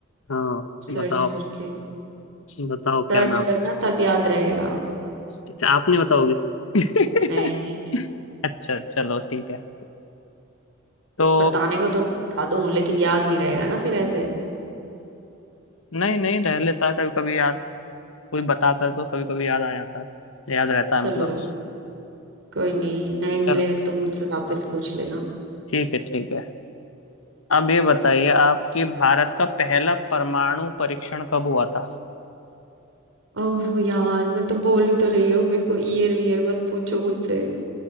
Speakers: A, on the left; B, on the right.
A: हाँ
B: सर्च
A: बताओ
B: करके
A: बताओ क्या
B: सर्च
A: नाम
B: करना तब याद रहेगा
A: अच्छा आप नहीं बताओगे <laughs>
B: नहीं
A: अच्छा चलो ठीक है तो
B: बताने को तो बता दूं लेकिन याद नहीं रहेगा ना फिर ऐसे
A: नहीं नहीं रह लेता है कभी कभी याद कोई बताता है तो कभी कभी याद आ जाता है याद रहता है
B: चलो
A: मतलब
B: कोई नहीं नहीं मिले
A: चल
B: तो मुझसे वापस पूछ लेना
A: ठीक है ठीक है अब ये बताइए आपके भारत का पहला परमाणु परीक्षण कब हुआ था
B: ओह यार मैं तो बोल ही तो रही हूँ मेरे को ईयर वीयर मत पूछो मुझसे